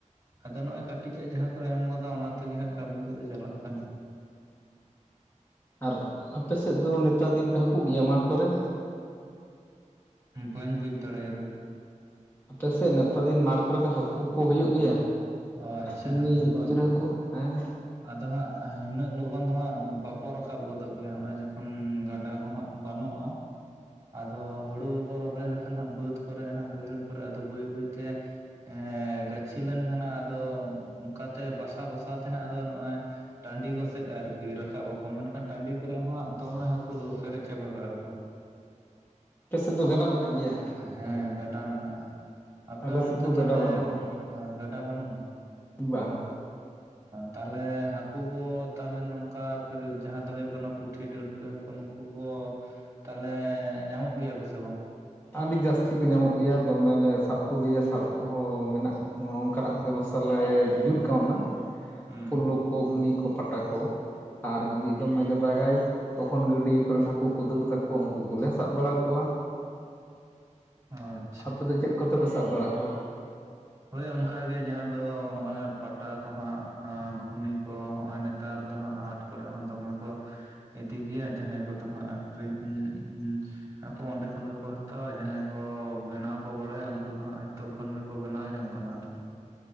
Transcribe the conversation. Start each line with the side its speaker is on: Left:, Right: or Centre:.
Right: ᱟᱫᱚ ᱱᱚᱜ-ᱚᱭ ᱠᱟᱹᱴᱤᱡᱟᱜ ᱡᱟᱦᱟᱸ ᱠᱚ ᱮᱢ ᱟᱠᱟᱫᱟ, ᱚᱱᱟ ᱛᱮᱜᱮ ᱦᱟᱸᱜ ᱠᱟᱹᱢᱤ ᱠᱚᱫᱚ ᱪᱟᱞᱟᱜ ᱠᱟᱱᱟ᱾
Left: ᱟᱨ ᱟᱯᱮ ᱥᱮᱫ ᱫᱚ ᱱᱮᱛᱟᱨ ᱫᱤᱱ ᱯᱮ ᱦᱟᱹᱠᱩ ᱜᱮᱭᱟ ᱢᱟᱴᱷ ᱠᱚᱨᱮ?
Right: ᱦᱩᱸ ᱵᱟᱹᱧ ᱵᱩᱡ ᱫᱟᱲᱮᱭᱟᱫᱟ᱾
Left: ᱟᱯᱮᱥᱮᱫ ᱱᱮᱛᱟᱨ ᱫᱤᱱ ᱢᱟᱴ ᱠᱚᱨᱮ ᱫᱚ ᱦᱟᱹᱠᱩ ᱠᱚ ᱦᱩᱭᱩᱜ ᱜᱮᱭᱟ
Right: ᱚ ᱟᱪᱪᱷᱟ
Left: ᱮᱢᱱᱤ
Right: ᱦᱟᱹᱠᱩ ᱵᱟᱝ
Left: ᱠᱷᱩᱪᱨᱟᱹ ᱦᱟᱹᱠᱩ? ᱦᱮᱸ
Right: ᱟᱫᱚ ᱦᱟᱸᱜ ᱦᱤᱱᱟᱹᱜ ᱞᱚᱜᱚᱱ ᱫᱚ ᱦᱟᱸᱜ ᱵᱟᱠᱚ ᱨᱟᱠᱟᱵ ᱜᱚᱫᱚᱜ ᱜᱮᱭᱟ᱾ ᱦᱚᱜᱼᱚᱭ ᱡᱚᱠᱷᱚᱱ ᱜᱟᱰᱟᱼᱼ ᱠᱚ ᱦᱟᱸᱜ ᱵᱟᱹᱱᱚᱜᱼᱟ ᱟᱫᱚ ᱦᱩᱲᱩ ᱠᱚᱠᱚ ᱨᱚᱦᱚᱭ ᱞᱮᱠᱷᱟᱱ ᱦᱟᱸᱜ ᱵᱟᱹᱫᱽ ᱠᱚᱨᱮᱜ ᱦᱟᱜ ᱵᱟᱹᱭᱦᱟᱹᱲ ᱠᱚᱨᱮ ᱟᱫᱚ ᱵᱟᱹᱭ ᱵᱟᱹᱭᱛᱮ ᱮ ᱜᱟᱹᱪᱷᱤ ᱞᱮᱱᱠᱷᱟᱱ ᱦᱟᱸᱜ ᱟᱫᱚ ᱚᱱᱠᱟᱛᱮ ᱵᱟᱥᱟ ᱵᱟᱥᱟ ᱛᱮ ᱦᱟᱸᱜ ᱟᱫᱚ ᱱᱚᱜᱼᱚᱭ ᱴᱟᱺᱰᱤ ᱜᱚᱥᱮᱡ ᱟᱨᱠᱤ ᱨᱟᱠᱟᱵ ᱟᱠᱚ ᱢᱮᱱᱠᱷᱟᱱ ᱴᱟᱺᱰᱤ ᱠᱚᱨᱮ ᱦᱚᱸ ᱫᱚᱢᱮ ᱦᱟᱹᱠᱩ ᱫᱚ ᱯᱮᱨᱮᱡ ᱪᱟᱵᱟ ᱠᱟᱜᱼᱟ ᱠᱚ᱾
Left: ᱟᱯᱮ ᱥᱮᱫ ᱫᱚ ᱜᱟᱰᱟ ᱢᱮᱱᱟᱜ ᱜᱮᱭᱟ?
Right: ᱦᱮᱸ ᱜᱟᱰᱟ ᱢᱮᱱᱟᱜᱼᱟ ᱟᱯᱮ
Left: ᱟᱞᱮ
Right: ᱚᱱᱛᱮ
Left: ᱥᱮᱫ ᱫᱚ
Right: ᱛᱟᱦᱚᱞᱮ
Left: ᱜᱟᱰᱟ ᱵᱟᱹᱱᱩᱜᱼᱟ
Right: ᱜᱟᱰᱟ ᱵᱟᱹᱱᱩᱜᱼᱟ?
Left: ᱵᱟᱝ
Right: ᱛᱟᱦᱞᱮ ᱦᱟᱹᱠᱩ ᱠᱚ ᱛᱟᱦᱞᱮ ᱱᱚᱝᱠᱟ ᱡᱟᱦᱟᱸ ᱫᱚ ᱦᱩᱭᱩᱜ ᱠᱟᱱᱟ ᱯᱩᱴᱷᱤ ᱰᱟᱹᱲᱠᱟ. ᱼᱼ ᱤᱪᱟ ᱦᱟᱠᱩ ᱠᱚ ᱱᱩᱠᱩ ᱠᱚ ᱛᱟᱞᱦᱮ ᱧᱟᱢᱚᱜ ᱜᱮᱭᱟ ᱠᱚ ᱥᱮ ᱵᱟᱝ?
Left: ᱟᱹᱰᱤ ᱡᱟᱹᱥᱛᱤ ᱠᱚ ᱧᱟᱢᱚᱜ ᱜᱮᱭᱟ ᱫᱚᱢᱮ ᱞᱮ ᱥᱟᱵ ᱠᱚᱜᱮᱭᱟ ᱥᱟᱵ ᱠᱚᱦᱚᱸ ᱢᱮᱱᱟᱜᱼᱼ ᱚᱸ ᱚᱝᱠᱟᱱᱟᱜ ᱵᱮᱵᱚᱥᱛᱷᱟ ᱞᱮ ᱡᱩᱛ ᱠᱟᱣᱱᱟ᱾
Right: ᱦᱩᱸ
Left: ᱯᱳᱞᱞᱳ ᱠᱚ ᱜᱷᱩᱱᱤ ᱠᱚ ᱯᱟᱴᱟ ᱠᱚ ᱟᱨ ᱡᱩᱫᱤ ᱫᱚᱢᱮ ᱜᱮ ᱫᱟᱜᱟᱭ ᱛᱚᱠᱷᱚᱱ ᱜᱟᱹᱰᱭᱟᱹ ᱠᱚᱨᱮᱱ ᱦᱟᱹᱠᱩ ᱠᱚ ᱫᱟᱹᱲ ᱛᱟᱠᱚᱣᱟ ᱩᱱᱠᱩ ᱠᱚᱞᱮ ᱥᱟᱵ ᱵᱟᱲᱟ ᱠᱚᱣᱟ᱾
Right: ᱦᱳᱭ
Left: ᱟᱯᱮ ᱫᱚ ᱪᱮᱫ ᱠᱚᱛᱮᱯᱮ ᱥᱟᱵ ᱵᱟᱲᱟ ᱠᱚᱣᱟ?
Right: ᱦᱳᱭ ᱚᱱᱠᱟᱜᱮ ᱡᱟᱦᱟᱸ ᱫᱚ ᱦᱚᱜᱼᱚᱭ ᱯᱟᱴᱟ ᱠᱚ ᱦᱟᱸᱜ ᱜᱷᱩᱱᱤ ᱠᱚ ᱦᱚᱸᱜᱼᱚᱭ ᱱᱮᱛ ᱱᱮᱛᱟᱨ ᱫᱚ ᱦᱟᱸᱜ ᱦᱟᱴ ᱠᱚᱨᱮ ᱦᱚᱸ ᱫᱚᱢᱮ ᱠᱚᱼᱼ ᱤᱫᱤ ᱜᱮᱭᱟ ᱡᱟᱦᱟᱸᱭ ᱠᱚ ᱛᱟᱦᱟᱸᱜ ᱟᱠᱷᱨᱤᱧ ᱟᱠᱚ ᱚᱸᱰᱮ ᱠᱷᱚᱱ ᱜᱮᱠᱚ ᱦᱟᱛᱟᱣᱟ᱾ ᱡᱟᱦᱟᱸᱭ ᱠᱚ ᱵᱮᱱᱟᱣ ᱠᱚ ᱵᱟᱲᱟᱭᱟ, ᱩᱱᱠᱩ ᱫᱚ ᱦᱟᱸᱜ ᱱᱤᱛᱚᱜ ᱠᱷᱚᱱ ᱜᱮᱠᱚᱼᱼ ᱵᱮᱱᱟᱣ ᱡᱚᱝ ᱠᱟᱱᱟ ᱟᱨᱠᱤ